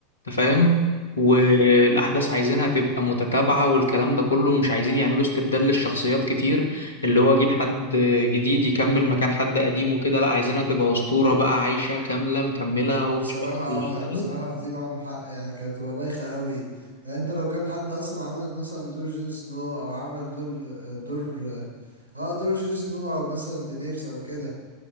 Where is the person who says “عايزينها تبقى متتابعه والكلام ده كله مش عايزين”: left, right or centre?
Left